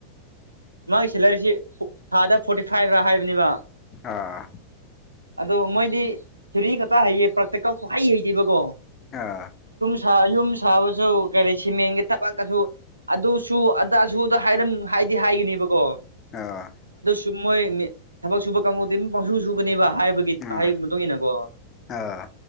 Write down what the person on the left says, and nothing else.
ꯑꯥ
ꯑꯥ
ꯑ
ꯑꯥ
ꯑꯥ